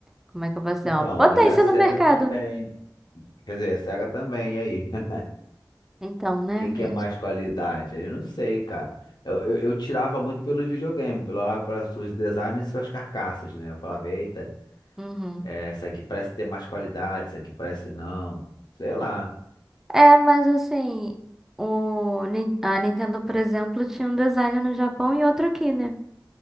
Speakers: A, in the centre; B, on the left.
A: Como é que eu posso dizer?
B: Então,
A: Uma potência
B: e a Sega
A: no mercado,
B: também.
A: né?
B: Quer dizer, a Sega também, e aí? <laughs>
A: Então, né?
B: O que que
A: A gente-
B: é mais qualidade? Eu não sei, cara. Eu, eu, eu tirava muito pelos videogames, pelo olhava para os designs e suas carcaças, né? Eu falava, eita,
A: Uhum.
B: é, essa aqui parece ter mais qualidade, essa aqui parece não. Sei lá.
A: É, mas assim, o, Nin- a Nintendo, por exemplo, tinha um design no Japão e outro aqui, né?